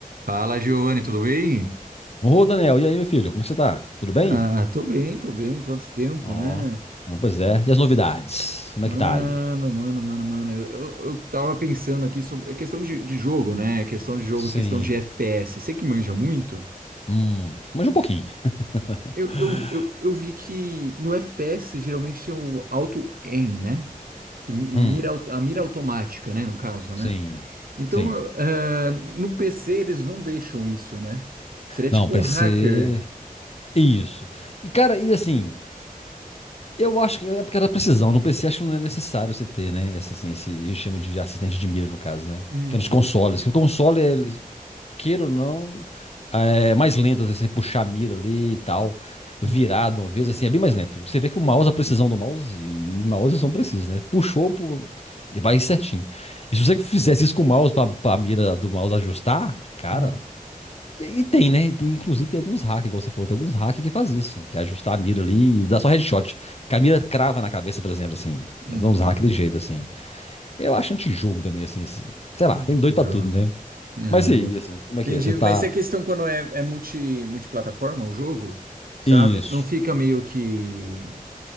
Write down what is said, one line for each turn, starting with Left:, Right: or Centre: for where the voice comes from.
Right: Fala, Giovanni, tudo bem?
Left: Ô, Daniel, e aí, meu filho? Como é que você tá? Tudo bem?
Right: Ah, tô bem, tô bem. Quanto tempo,
Left: Ó,
Right: né?
Left: ah, pois é. E as novidades? Como
Right: Mano,
Left: é que tá aí?
Right: mano, mano, mano. Eu, eu, eu tava pensando aqui sobre a questão de, de jogo, né? Questão de jogo,
Left: Sim.
Right: questão de FPS. Você que manja muito,
Left: Hum, manja um pouquinho. <laughs>
Right: eu, eu, eu, eu vi que no FPS geralmente tem o auto-aim, né? Que mi-
Left: Hum,
Right: mira, au- a mira automática, né? No caso,
Left: sim.
Right: né? Então,
Left: Sim.
Right: eu- eh, no PC eles não deixam isso, né? Seria
Left: Não,
Right: tipo
Left: PC.
Right: um hacker.
Left: Isso. E, cara, e assim, eu acho que é porque era precisão. No PC acho que não é necessário você ter, né? Esse, assim, esse, a gente chama de assistente de mira, no caso, né?
Right: Uhum,
Left: Que é nos consoles. Que o console, é- queira ou não, é mais lento às vezes, você puxar a mira ali e tal, virado
Right: uhum,
Left: uma vez, assim, é bem mais lento. Você vê que o mouse, a precisão do mouse, e mouse são precisos, né? Puxou, pu- e vai certinho. E se você fizesse isso com o mouse, pra, pra mira do mouse ajustar, cara.
Right: uhum.
Left: E, e tem, né? E tem- inclusive tem alguns hackers, igual você falou, tem alguns hackers que faz isso, que é ajustar a mira ali e dá só headshot. Que a mira crava na cabeça, por exemplo, assim.
Right: Nossa.
Left: Eu dou uns hacks de jeito, assim. Eu acho antijogo também, assim. esse- Sei lá,
Right: Entendi.
Left: tem doido pra tudo, né?
Right: Ah,
Left: Mas e aí,
Right: ent-
Left: assim, como
Right: entendi.
Left: é que é? Você tá.
Right: Mas é questão quando é, é multi, multiplataforma o jogo, sabe?
Left: Isso.
Right: Não fica meio que